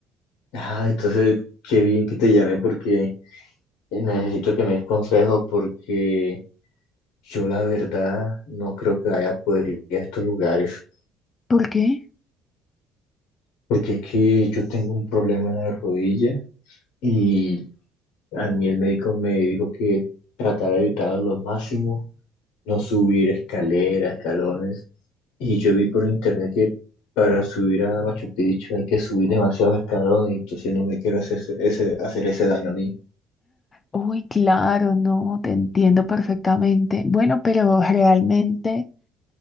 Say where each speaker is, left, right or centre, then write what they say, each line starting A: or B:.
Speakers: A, on the left (about 80°); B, on the left (about 25°).
A: Ah, entonces, qué bien que te llamé porque eh, necesito que me des consejos porque yo la verdad no creo que vaya a poder ir a estos lugares
B: ¿Por qué?
A: porque es que yo tengo un problema en la rodilla y a mí el médico me dijo que tratara de evitarlo lo máximo no subir escaleras, escalones. Y yo vi por internet que para subir a Machu Picchu hay que subir demasiados escalones, entonces no me quiero hacer ese, ese- hacer ese daño a mí.
B: Uy, claro, no, te entiendo perfectamente. Bueno, pero realmente